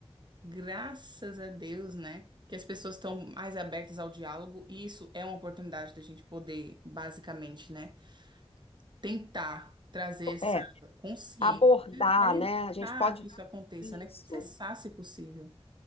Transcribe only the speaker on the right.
Graças a Deus, né? Que as pessoas estão mais abertas ao diálogo, e isso é uma oportunidade da gente poder, basicamente, né, tentar trazer essa
consciência
para evitar
que isso aconteça,
né? Cessar, se possível,